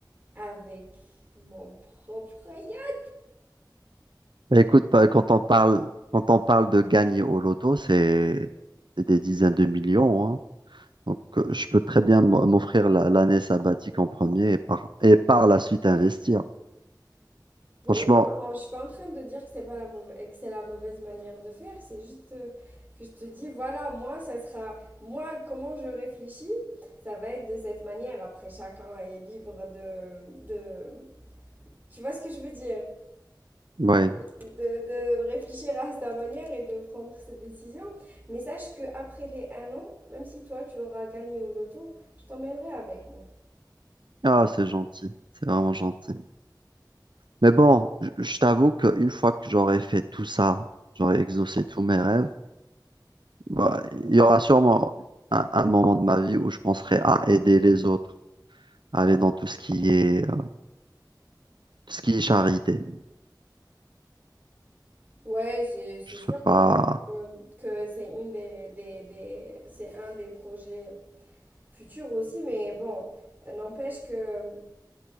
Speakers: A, on the right; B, on the right.
A: avec mon propre yacht.
B: Bah, Écoute, bah, quand on parle, quand on parle de gagner au loto, c'est c'est des dizaines de millions, hein. Donc, euh, je peux très bien m- m'offrir la- l'année sabbatique en premier et par, et par la suite investir.
A: Oui,
B: Franchement,
A: non, je suis pas en train de dire que c'est pas la mauvaise, que c'est la mauvaise manière de faire, c'est juste euh, que je te dis, voilà, moi, ça sera, moi, comment je réfléchis, ça va être de cette manière. Après, chacun est libre de, de, tu vois ce que je veux dire,
B: ouais.
A: de, de réfléchir à sa manière et de prendre ses décisions. Mais sache que après les un an, même si toi tu auras gagné au loto, je t'emmènerai avec moi.
B: Ah, c'est gentil, c'est vraiment gentil. Mais bon, je je t'avoue qu'une fois que j'aurai fait tout ça, j'aurai exaucé tous mes rêves, bah, il y aura sûrement un, un moment de ma vie où je penserai à aider les autres, à aller dans tout ce qui est, euh, tout ce qui est charité.
A: Ouais, c'est, c'est
B: Je
A: sûr
B: sais pas.
A: qu'on- que, que c'est une des, des, des, c'est un des projets futures aussi, mais bon, n'empêche que